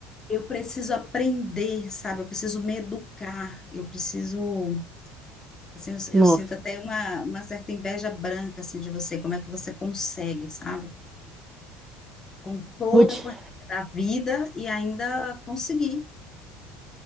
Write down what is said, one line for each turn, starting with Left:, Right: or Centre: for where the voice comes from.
Left: eu preciso aprender, sabe? Eu preciso me educar. Eu preciso, assim, eu,
Right: Nossa.
Left: eu sinto até uma, uma certa inveja branca, assim, de você. Como é que você consegue, sabe? Com toda
Right: Vou te.
Left: a correria da vida e ainda conseguir.